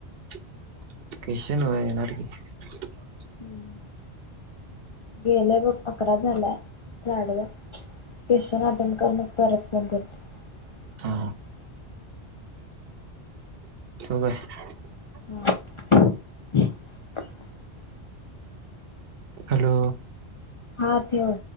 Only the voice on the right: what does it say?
<unintelligible>
हा <unintelligible>
हॅलो